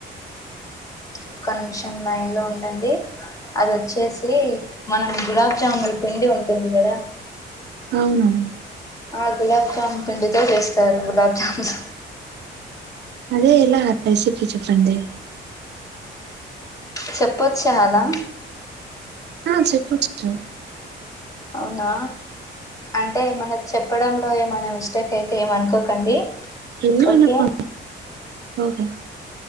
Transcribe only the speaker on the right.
అవును
అదే ఎలా రెసిప్ చెప్పండి
ఆ చెప్పొచ్చు
<inaudible>
ఓకే